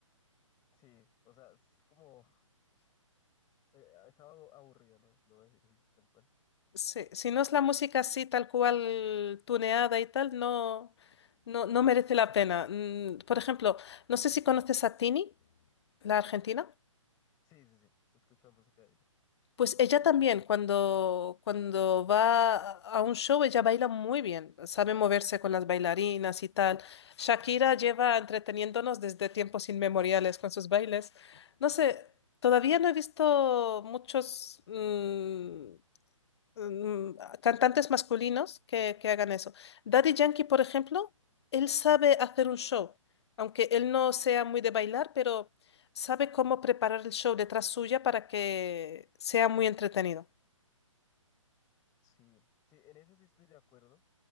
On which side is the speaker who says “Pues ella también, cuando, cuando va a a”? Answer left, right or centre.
Left